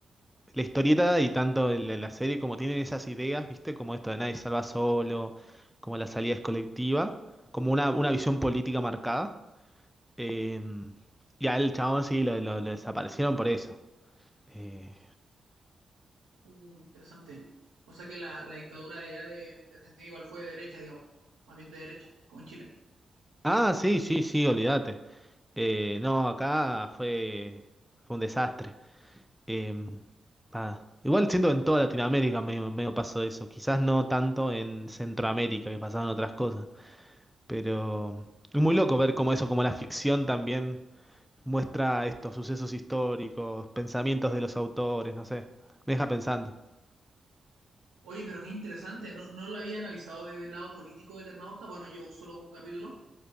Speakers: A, in the centre; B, on the right.
A: la historieta y tanto la, la serie como tienen esas ideas, ¿viste? Como esto de nadie salva solo, como la salida es colectiva, como una, una visión política marcada. Eh, y al chabón sí lo, lo- lo desaparecieron por eso. Eh,
B: Uh, interesante. ¿eh? O sea que la, la dictadura de allá de, de Argentina igual fue de derecha, digamos. Más bien de derecha, como en Chile.
A: ah, sí, sí, sí, olvídate. Eh, no, acá fue, fue un desastre. Em, nada. Igual siendo en toda Latinoamérica medio, medio pasó eso. Quizás no tanto en Centroamérica, que pasaban otras cosas. Pero es muy loco ver cómo eso, como la ficción también muestra estos sucesos históricos, pensamientos de los autores, no sé. Me deja pensando.
B: Oye, pero qué interesante. No, no lo había analizado desde el lado político de Eternauta. Bueno, yo solo con un capítulo.